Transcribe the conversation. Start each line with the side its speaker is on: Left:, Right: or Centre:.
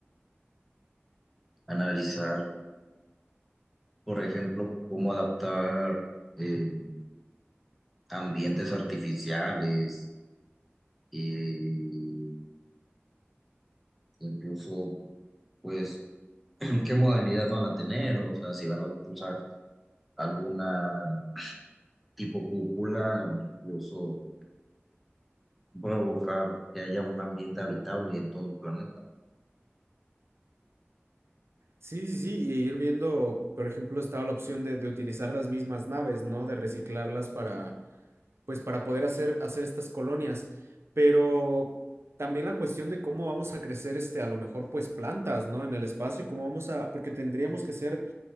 Centre: Analizar, por ejemplo, cómo adaptar eh, ambientes artificiales, eh, incluso, pues, <clears throat> qué modalidad van a tener, o sea, si van a usar alguna tipo cúpula o incluso provocar que haya un ambiente habitable en todo el planeta.
Right: Sí, sí, sí, y ir viendo, por ejemplo, estaba la opción de, de utilizar las mismas naves, ¿no? De reciclarlas para, pues, para poder hacer, hacer estas colonias. Pero también la cuestión de cómo vamos a crecer, este, a lo mejor, pues, plantas, ¿no? En el espacio, cómo vamos a, porque tendríamos que ser